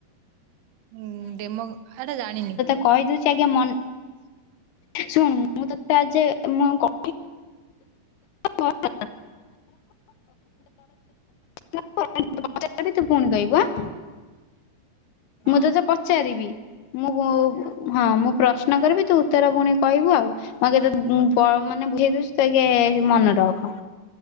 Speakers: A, on the right (about 80°); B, on the left (about 75°).
A: ଉଁ ଡେମ ହେଟା ଜାଣିନି।
B: କହି ଦୋଉଚି ଆଗେ ମନ୍ ଶୁଣୁ ମୁଁ ତତେ ଆଜେ ମୁଁ ଆଉ କ <inaudible> <inaudible> ମୁଁ ଯା କଇବି ତୁ ପୁଣି କହିବୁ ଆଁ।
A: ହଁ
B: ମୁଁ ତତେ ପଚାରିବି ମୁଁ ହଁ ମୁଁ ପ୍ର ଶ୍ନ କରିବି ତୁ ଉତ୍ତର ପୁଣି କହିବୁ ଆଉ। ମତେ ଟ ପ ମାନେ ବୁଝେଇ ଦୋଉଚି ତୁ ଆଗେ ମନ ରଖ